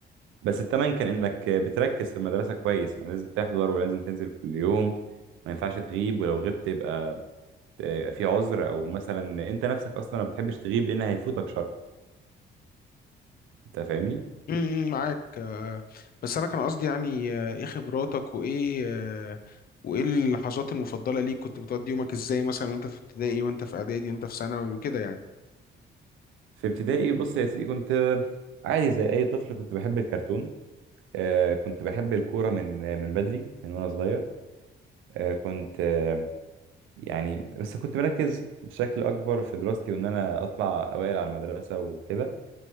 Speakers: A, on the right; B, on the left.
A: بس التمن كان انك بتركز في المدرسة كويس يعني لازم تحضر ولازم تنزل كل يوم ما ينفعش تغيب ولو غبت يبقى يبقى في عذر او مثلا انت نفسك اصلا ما بتحبش تغيب لان هيفوتك شرح انت فاهمني
B: امم امم، معاك آه، بس انا كان قصدي يعني آه، ايه خبراتك وايه آه، وايه اللحظات المفضله ليك كنت بتقضي يومك ازاي مثلا وانت في ابتدائي وانت في اعدادي وانت في ثانوي وكده يعني
A: في ابتدائي بص يا سيدي كنت عادي زي اي طفل كنت بحب الكرتون آه، كنت بحب الكورة من آه، من بدري من وأنا صغير آه، كنت آه، يعني بس كنت مركز بشكل أكبر في دراستي وإن أنا أطلع أوائل على المدرسة وكده